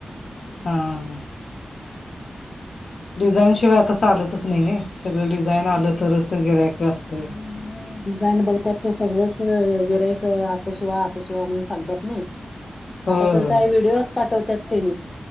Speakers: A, on the left; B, on the left.
A: हम्म. डिझाईन शिवाय आता चालतच नाही नाही. सगळं
B: चालतच
A: डिझाईन आलं
B: नाही
A: तरच
B: वेगवेगळे
A: गिरायक असतंय
B: डिझाईन बघ. त्यात ते सगळच गिरायक असं शिवा असं शिवा म्हणून सांतात नाही.
A: होय
B: आता तर
A: होय
B: काय व्हिडिओज पाठवतात त्यांनी